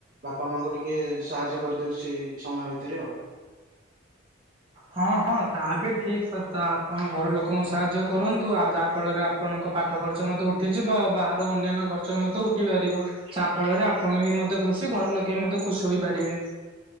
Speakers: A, on the right (about 45°); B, on the right (about 30°).
A: ବାପା ମାଙ୍କୁ ଟିକେ ସାହାଯ୍ୟ କରିଦଉଛି ସେଇ ସମୟ ଭିତରେ ଆଉ।
B: ହଁ ହଁ ତା ବି ଠିକ୍ କଥା ଆପଣ ଘର ଲୋକଙ୍କୁ ସାହାଯ୍ୟ କରନ୍ତୁ। ଆଉ ଯାହା ଫଳରେ ଆ ଆପଣଙ୍କ ପାଠ ଖର୍ଚ୍ଚ ମଧ୍ୟ ଉଠିଯିବ। ଆଉ ବାହାରୁ ଅନ୍ୟାନ୍ୟ ଖର୍ଚ୍ଚ ମଧ୍ୟ ଉଠି ପାରିବ। ଯାହା ଫଳରେ ଆପଣ ବି ମଧ୍ୟ ଖୁସି ଘର ଲୋକେ ବି ମଧ୍ୟ ଖୁସି ହୋଇପାରିବେ।